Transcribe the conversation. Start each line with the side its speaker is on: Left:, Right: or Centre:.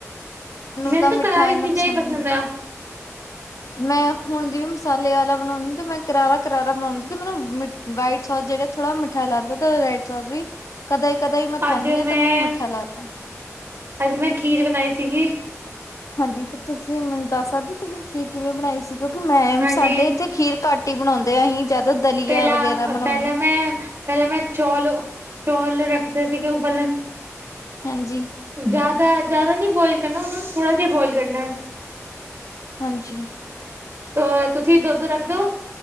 Right: ਮੈਨੂੰ
Left: ਤਾਂ
Right: ਤਾ
Left: ਮਿੱਠਾ
Right: ਕਰਾਰੀ
Left: ਇੰਨਾ
Right: ਚੀਜਾਂ ਹੀ ਪਸੰਦ
Left: ਨਹੀਂ
Right: ਆ।
Left: ਮੈਂ ਹੁਣ ਜਿਵੇਂ ਮਸਾਲੇ ਵਾਲਾ ਬਣਾਉਂਦੀ ਤੇ ਮੈਂ ਕਰਾਰਾ-ਕਰਾਰਾ ਬਣਾਉਂਦੀ, ਤੇ ਮੈਨੂੰ ਮਿ ਵਾਈਟ ਸੋਸ ਜਿਹੜਾ ਥੋੜਾ ਮਿੱਠਾ ਲਗਦਾ, ਤੇ ਰੈੱਡ ਸੋਸ ਵੀ। ਕਦੇ ਕਦੇ ਹੀ ਮੈਂ
Right: ਅੱਜ
Left: ਖਾਂਨੀਂ ਹਾਂ, ਤੇ
Right: ਮੈਂ
Left: ਮੈਨੂੰ ਮਿੱਠਾ ਲੱਗਦਾ।
Right: ਅੱਜ ਮੈਂ ਖੀਰ ਬਣਾਈ ਸੀਗੀ।
Left: ਹਾਂਜੀ ਤੇ ਤੁਸੀਂ ਮੈਨੂੰ ਦੱਸ ਸਕਦੇ ਹੋ, ਤੁਸੀਂ ਖੀਰ ਕਿਵੇਂ ਬਣਾਈ ਸੀ? ਕਿਉਂਕਿ ਮੈਮ
Right: ਹਾਂਜੀ
Left: ਸਾਡੇ ਇੱਥੇ ਖੀਰ ਘੱਟ ਹੀ ਬਣਾਉਂਦੇ ਹੈਂ, ਅਸੀਂ ਜਿਆਦਾ ਦਲੀਆ
Right: ਪਹਿਲਾਂ
Left: ਵਗੈਰਾ ਬਣਾਉਂਨੇ
Right: ਪਹਿਲਾਂ
Left: ਆਂ।
Right: ਮੈਂ ਪਹਿਲਾਂ ਮੈਂ ਚੌਲ-ਚੌਲ ਰੱਖ ਤੇ ਸੀਗੇ ਉਬੱਲਨੇ।
Left: ਹਾਂਜੀ।
Right: ਜਿਆਦਾ ਜਿਆਦਾ ਨੀ ਬੁਆਇਲ ਕਰਨਾ ਉਹਨਾਂ ਨੂੰ, ਥੋੜਾ ਜਿਹਾ ਬੋਆਇਲ ਕਰਨਾ ਏ।
Left: ਹਾਂਜੀ।
Right: ਆ ਤੁਸੀ ਦੁੱਧ ਰੱਖ ਦੋ।